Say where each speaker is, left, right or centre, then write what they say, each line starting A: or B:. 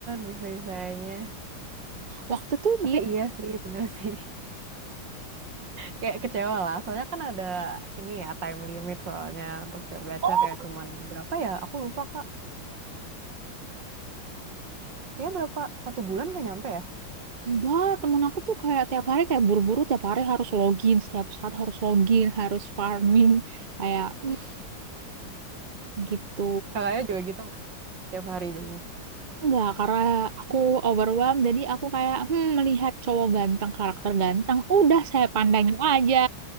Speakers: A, on the right (about 60°); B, on the right (about 40°).
A: bisa-bisanya.
B: waktu tuh
A: Tapi
B: dia
A: iya sih, bener sih. kayak kecewa lah soalnya kan ada ini ya time limit soalnya untuk setiap gacha
B: Oh,
A: kayak cuman berapa ya aku lupa kak kayak berapa satu bulan gak nyampe ya
B: enggak, temen aku tuh kayak tiap hari kayak buru-buru tiap hari harus login, setiap saat harus login, harus farming kayak
A: <laughs>
B: mm, gitu.
A: kakaknya juga gitu nggak setiap hari jadinya
B: Enggak, karena aku overwhelmed, jadi aku kayak hmm, melihat cowok ganteng, karakter ganteng, udah saya pandangin aja.